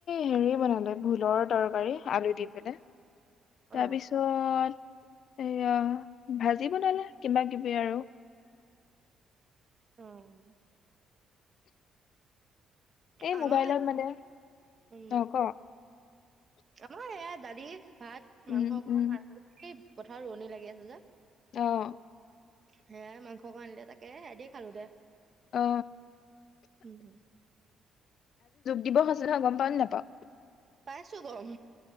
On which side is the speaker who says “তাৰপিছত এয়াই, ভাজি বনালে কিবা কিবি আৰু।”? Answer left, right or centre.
Left